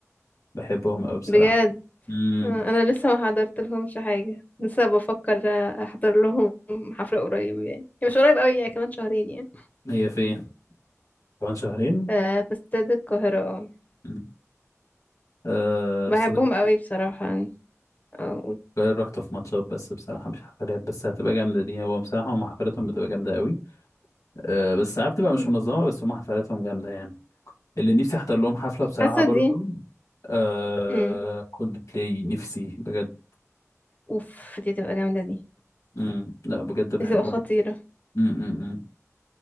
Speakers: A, on the left (about 85°); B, on the left (about 30°).
A: بحبهم أوي بصراحة
B: بجد
A: مم.
B: آه، انا لسه ما حضرت لهمش حاجه لسه بفكر آه، احضر لهم حفله قريب يعني هي مش قريب قوي يعني كمان شهرين يعني
A: هي فين؟ كمان شهرين؟
B: ف- في استاد القاهره اه
A: مم. آه
B: بحبهم
A: في استاد
B: قوي بصراحه يعني اه و-
A: القاهرة رحت في ماتشات بس بصراحة مش حفلات بس هتبقى جامدة دي هو بصراحة هم حفلاتهم بتبقى جامدة أوي آه بس ساعات بتبقى مش
B: مم.
A: منظمة بس هم حفلاتهم جامدة يعني اللي نفسي أحضر لهم حفلة بصراحة
B: حاسه
A: برضو
B: دي
A: آه
B: امم
A: كولد بلاي نفسي بجد
B: اوف دي تبقى جامدة دي
A: امم لا بجد بحبهم
B: دي تبقى خطيرة
A: امم أمم.